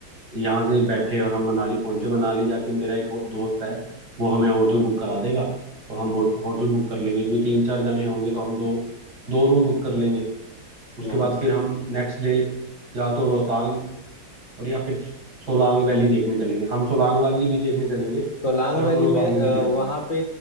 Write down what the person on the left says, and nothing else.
हाँ
सोलांग
वैली
में अ,
वहाँ पे